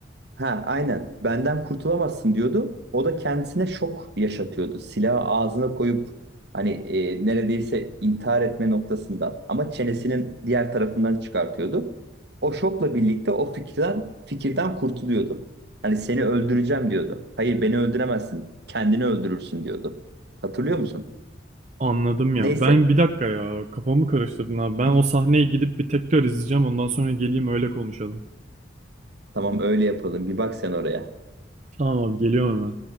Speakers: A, on the right (about 60°); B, on the right (about 40°).
A: Ha, aynen. Benden kurtulamazsın diyordu. O da kendisine şok yaşatıyordu. Silahı ağzına koyup hani e, neredeyse intihar etme noktasında ama çenesinin diğer tarafından çıkartıyordu. O şokla birlikte o fikirden fikirden kurtuluyordu. Hani seni öldüreceğim diyordu. Hayır beni öldüremezsin. Kendini öldürürsün diyordu. Hatırlıyor musun?
B: Anladım ya.
A: Neyse.
B: Ben bir dakika ya kafamı karıştırdın abi. Ben
A: Hı,
B: o sahneye gidip bir tekrar izleyeceğim. Ondan sonra geleyim öyle konuşalım.
A: Tamam öyle yapalım. Bir bak sen oraya.
B: Tamam abi geliyorum hemen.